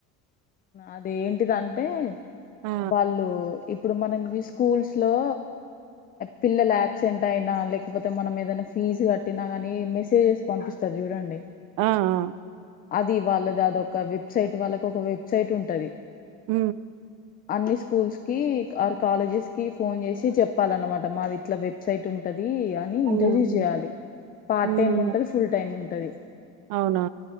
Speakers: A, on the left; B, on the right.
A: అదేంటిదంటే
B: ఆ
A: వాళ్ళు ఇప్పుడు మనకి జి స్కూల్స్ లో పిల్లలు ఆబ్సెంట్ అయినా లేకపోత్ తే మనం ఏదైనా ఫీజు కట్టినా గానీ మెసేజెస్ పంపిస్తారు చూడండి
B: ఆ ఆ
A: అది వాళ్ళది అదొక వెబ్సైట్ వాళ్ళకి ఒక వెబ్సైట్ ఉంటది
B: ఉ
A: అన్ని స్కూల్స్ కి ఆర్ కాలేజెస్ కి ఫోన్ చేసి చెప్పాలన్నమాట మాది ఇట్లా వెబ్సైట్ ఉంట ది అని ఇంటర్వ్యూ
B: ఉమ్
A: చేయాలి పార్ట్
B: ఉమ్
A: టైమ్ ఉంటది ఫుల్ టైమ్ ఉంటది
B: అవునా